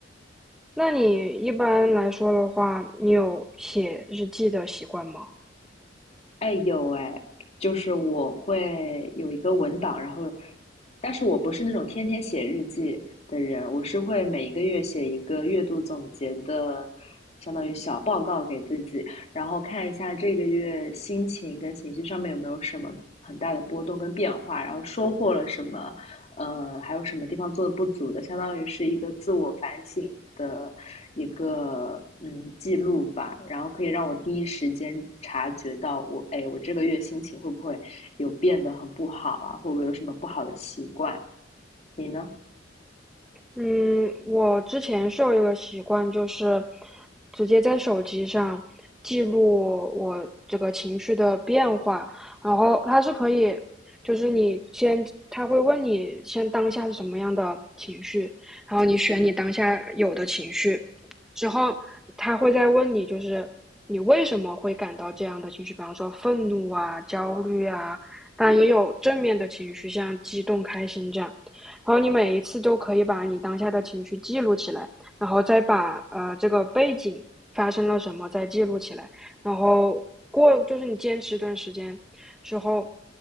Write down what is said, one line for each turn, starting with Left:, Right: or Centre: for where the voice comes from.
Centre: 那你一般来说的话，你有写日记的习惯吗？
Left: 哎，有哎，就是我会有一个文档，然后，但是我不是那种天天写日记的人，我是会每一个月写一个月度总结的，相当于小报告给自己，然后看一下这个月心情跟情绪上面有没有什么很大的波动跟变化，然后收获了什么，嗯呃，还有什么地方做的不足的，相当于是一个自我反省的一个嗯记录吧，然后可以让我第一时间察觉到我，哎，我这个月心情会不会有变得很不好啊，会不会有什么不好的习惯？你呢？
Centre: 嗯，我之前是有一个习惯，就是直接在手机上记录我这个情绪的变化，然后它是可以，就是你先，他会问你先当下是什么样的情绪，然后你选你当下有的情绪，之后他会再问你，就是你为什么会感到这样的情绪，比方说愤怒啊、焦虑啊，当然也有正面的情绪，像激动、开心这样。然后你每一次都可以把你当下的情绪记录起来，然后再把呃这个背景发生了什么再记录起来，然后过就是你坚持一段时间之后，